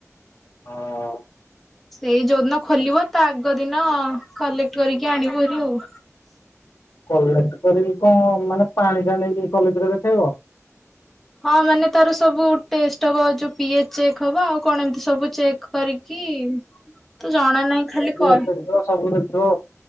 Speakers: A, on the left; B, in the centre.
A: ହଁ
B: ସେଇ ଯୋଉଦିନ ଖୋଲିବ ତା ଆଗ ଦିନ କଲେକ୍ଟ କରିକି ଆଣିବରି ଆଉ
A: କଲେଜ କରିକି କଣ ମାନେ ପାଣି ଟା ନେଇକି କଲେଜରେ ଦେଖେଇବ
B: ହଁ ମାନେ ତାର ସବୁ ଟେଷ୍ଟ ହବ ଯୋଉ ପି ଏଚ ଚେକ୍ ହବ ଆଉ କଣ ଏମିତି ସବୁ ଚେକ୍ କରିକି ତ ଜଣା ନାହିଁ ଖାଲି କହି
A: ିକ ଅଛ ସବୁବେଳେ ଥିବ